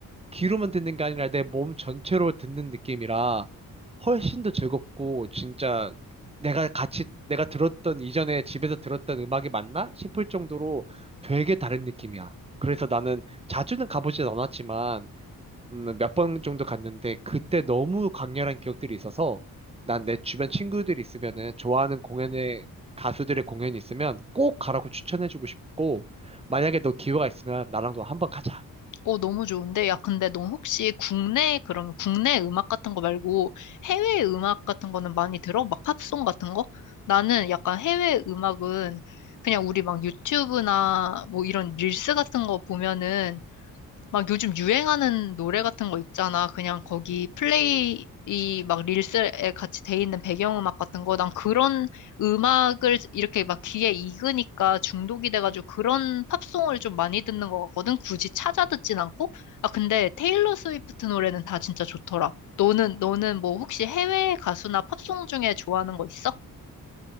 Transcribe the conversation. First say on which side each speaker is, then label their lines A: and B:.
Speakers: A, on the right (about 15°); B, on the left (about 55°).
A: 귀로만 듣는 게 아니라 내 몸 전체로 듣는 느낌이라 훨씬 더 즐겁고 진짜 내가 같이 내가 들었던 이전에 집에서 들었던 음악이 맞나 싶을 정도로 되게 다른 느낌이야. 그래서 나는 자주는 가보진 않았지만 음, 몇번 정도 갔는데 그때 너무 강렬한 기억들이 있어서 난 내 주변 친구들이 있으면은 좋아하는 공연에 가수들의 공연이 있으면 꼭 가라고 추천해주고 싶고 만약에 너 기회가 있으면 나랑도 한번 가자.
B: 어, 너무 좋은데? 야, 근데 너 혹시 국내, 그럼 국내 음악 같은 거 말고 해외 음악 같은 거는 많이 들어? 막 팝송 같은 거? 나는 약간 해외 음악은 그냥 우리 막 유튜브나 뭐 이런 릴스 같은 거 보면은 막 요즘 유행하는 노래 같은 거 있잖아. 그냥 거기 플레이 막 릴스에 같이 돼 있는 배경음악 같은 거. 난 그런 음악을 이렇게 막 귀에 익으니까 중독이 돼가지고 그런 팝송을 좀 많이 듣는 것 같거든. 굳이 찾아 듣진 않고. 아, 근데 테일러 스위프트 노래는 다 진짜 좋더라. 너는, 너는 뭐 혹시 해외 가수나 팝송 중에 좋아하는 거 있어?